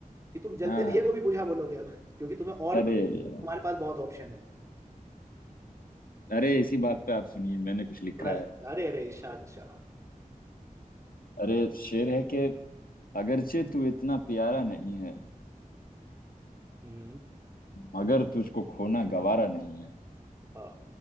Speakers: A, on the right (about 20°); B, on the left (about 80°).
A: कि तुम जलते
B: हाँ
A: दिए
B: हाँ हाँ।
A: को भी बुझा बोलोगे अब क्योंकि तुम्हें और
B: अरे
A: तुम्हारे
B: यार,
A: पास बहुत ऑप्शन है
B: अरे इसी बात पे आप सुनिए मैंने कुछ लिखा
A: सुना
B: है
A: अरे अरे इरशाद इरशाद
B: अरे शेर है कि अगरचे तू इतना प्यारा नहीं है
A: हम्म
B: मगर तुझको खोना गवारा नहीं है
A: हाँ